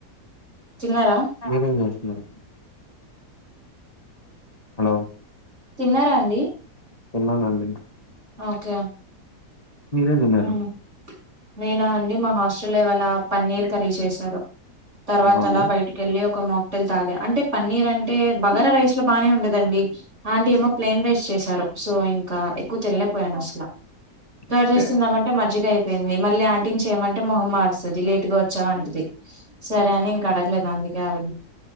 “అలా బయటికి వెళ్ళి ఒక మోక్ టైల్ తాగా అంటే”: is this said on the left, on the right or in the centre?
Right